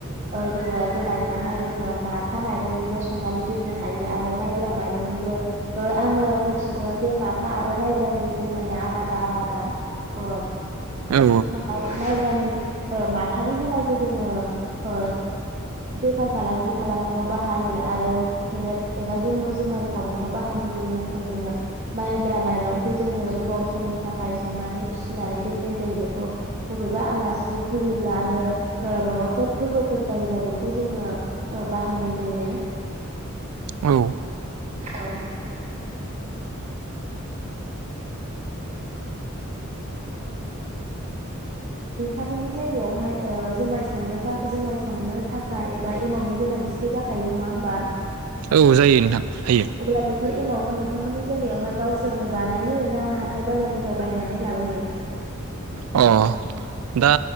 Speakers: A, on the right; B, on the right.
A: ओ जोङो जुमायखौहाय जोङो माथा माइरंनिबो संनानै दोननो हायो आरो माइब्रा माइरंनिबो ओ आङो मिथिनायाव जे माथा आर रो माइब्रानि जुमाया आलादा आलादा ओ
B: औ
A: जोंहा हाय माइब्रानि ओ माथानि जुमायखौ जोङो ओ बेफार फालांगि खालामनायाव बाहायो आरो सेरेब एबा जुमब जुमाय सावनायाव बाहायनाय जायो नाथाय जोङो माइ ब्रा माइरंखौ जोङो गोबाव समनि थाखाय संनानै फिसिनानै दोननाय जायो बेखौ बबेबा आलासि फैयोब्ला आरो ओ माबाफोर फोरबोफोर जायोबा बेखौ जोङो ओ बाहायनाय जायो।
B: औ।
A: औ। <inaudible> नोंथांमोननि ज जायगायावहाय ओ जुमाय संनो था जुमाय संनो थाखाय एबा एमाउनि गोनांथिथ' जाखायो नङा होमबा?
B: औ जायो नोंथां। हायो
A: अब्ला बि फोर एमाउखौ नोंथांमोननि जायगायावहाय गावसोरनो बानायो ना हाथाय बाजारनिफ्राय बायनानै लाबोयो?
B: अ दा